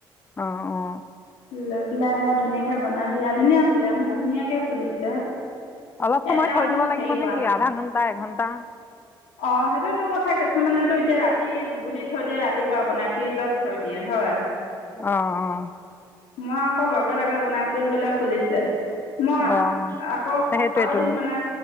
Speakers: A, on the left (about 20°); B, on the left (about 70°).
A: অ অ অ
B: লৈ পেলাই সেয়া ধুনীয়াকে বনাবি আ। ধুনীয়া ফুলে, মোৰ ধুনীয়াকে ফুলিছে।
A: অলপ সময়
B: এটাও
A: থৈ দিব
B: মোৰ
A: লাগিব
B: হেৰি
A: নেকি?
B: হোৱা
A: আধা ঘন্টা-এঘণ্টা।
B: অ', সেইটো তোৰ কথা কিছুমানেতো এতিয়া ৰাত ৰাতি গুলি থৈ দিয়ে, ৰাতিপুৱা বনায়। ফ্ৰীজত থৈ দিয়ে হয়
A: অঁ
B: মই আক লগে-লগে বনাইছো ধৰি ল' ফুলিছে। মই
A: অঁ অঁ
B: আক'
A: সেইটোৱেতো
B: আৰু এদিন বনাই,